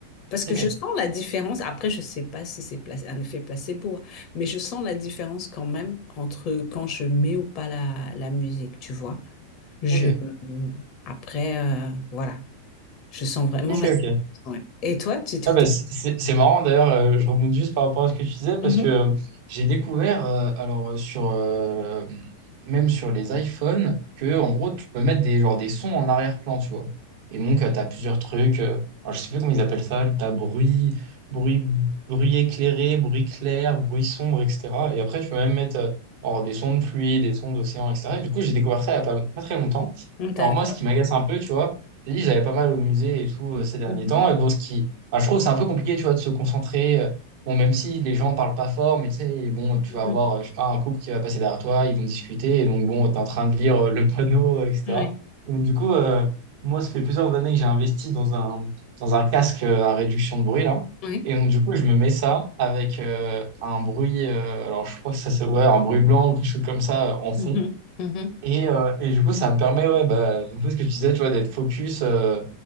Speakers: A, on the left; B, on the right.
A: Parce que
B: Ok,
A: je sens la différence. Après, je sais pas si c'est place- un effet placebo, hein, mais je sens la différence quand même entre quand je mets ou pas la, la musique, tu vois. Je,
B: ok,
A: euh, après, euh, voilà, je sens vraiment
B: ok,
A: la différence.
B: ok.
A: ouais. Et toi, tu tu-
B: Ah
A: t'es...
B: bah, c'est c'est- c'est marrant d'ailleurs, euh, je rebondis juste par rapport à ce que tu disais parce
A: Mhm,
B: que euh, j'ai découvert, euh, alors euh, sur, euh, même sur les iPhones, que en gros tu peux mettre des, genre, des sons en arrière-plan, tu vois. Et donc tu as plusieurs trucs, euh, alors, je sais plus comment ils appellent ça, tu as bruit, bruit, bruit éclairé, bruit clair, bruit sombre, etc. Et après tu peux même mettre euh, alors, des sons de pluie, des sons d'océan, etc. Et du coup j'ai découvert ça il n'y a pas, pas très longtemps.
A: mhm, D'accord.
B: Alors moi ce qui m'agace un peu, tu vois, j'ai dit j'avais pas mal au musée et tout euh, ces derniers
A: Mhm,
B: temps, et bon ce qui Enfin, je trouve que c'est un peu compliqué, tu vois, de se concentrer. euh, Bon, même si les gens parlent pas fort, mais tu sais, bon, tu
A: mhm.
B: vas avoir, euh, je sais pas, un couple qui va passer derrière toi, ils vont discuter, et donc bon, t'es en train de lire euh, le panneau, euh, etc.
A: Oui,
B: Donc du coup, euh, moi, ça fait plusieurs années que j'ai investi dans un, dans un casque euh, à réduction de bruit, là.
A: oui.
B: Et donc du coup, je me mets ça avec euh, un bruit, euh, alors je crois que ça se ouais, un bruit blanc ou quelque chose comme ça euh, en fond.
A: Mhm, mhm. mhm.
B: Et, euh, et du coup, ça me permet, ouais, bah, un peu ce que tu disais, tu vois, d'être focus euh,